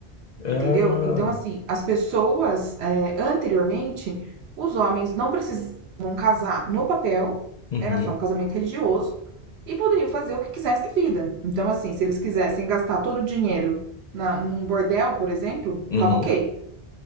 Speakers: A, on the left; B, on the right.
A: Ah,
B: Entendeu? Então, assim, as pessoas, eh, anteriormente, os homens não precisavam casar no papel,
A: uhum,
B: era só um casamento religioso, e poderiam fazer o que quisessem da vida. Então, assim, se eles quisessem gastar todo o dinheiro na, num bordel, por exemplo,
A: uhum,
B: tava ok,